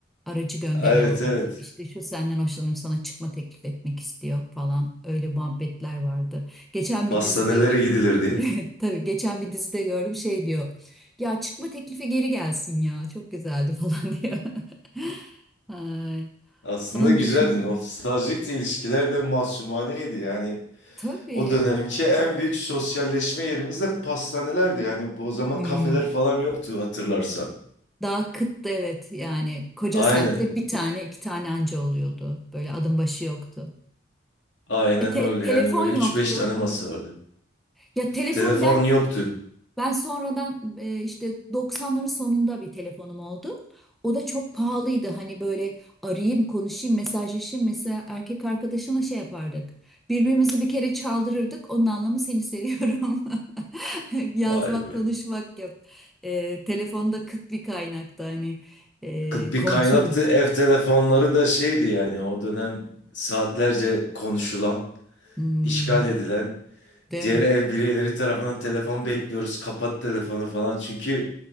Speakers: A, in the centre; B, on the left.
A: Aracı gönderiyorlardı.
B: Evet evet.
A: İşte şu senden hoşlanıyorum sana çıkma teklif etmek istiyor falan. Öyle muhabbetler vardı. Geçen
B: Pastanelere
A: bir dizide
B: gidilirdi.
A: <laughs> tabii geçen bir dizide gördüm şey diyor. Ya çıkma teklifi geri gelsin ya. Çok güzeldi falan <laughs> diyor. <laughs> Ay,
B: Aslında
A: onun
B: güzeldi.
A: dışında
B: Nostaljik de ilişkiler de mahsumaneydi. Yani
A: tabii
B: o dönemki en büyük sosyalleşme yerimiz de pastanelerdi. Yani o zaman
A: Hmm.
B: kafeler falan yoktu hatırlarsan.
A: Daha kıttı evet yani koca
B: Aynen.
A: semtte bir tane iki tane anca oluyordu. Böyle adım başı yoktu.
B: Aynen
A: E, te-
B: öyle.
A: telefon
B: Yani öyle üç
A: yoktu.
B: beş tane masa vardı.
A: Ya telefon
B: Telefon
A: ben
B: yoktu.
A: Ben sonradan e, işte 90'ların sonunda bir telefonum oldu. O da çok pahalıydı. Hani böyle arayayım, konuşayım, mesajlaşayım. Mesela erkek arkadaşımla şey yapardık. Birbirimizi bir kere çaldırırdık. Onun anlamı seni seviyorum. <laughs> Yazmak,
B: Vay be.
A: konuşmak yok. E, telefonda kıt bir kaynakta hani e,
B: Kıt bir
A: kontrol.
B: kaynaktı. Ev telefonları da şeydi yani o dönem saatlerce konuşulan.
A: Hmm,
B: işgal edilen
A: değil
B: diğer
A: mi?
B: ev bireyleri tarafından telefon bekliyoruz. Kapat telefonu falan. Çünkü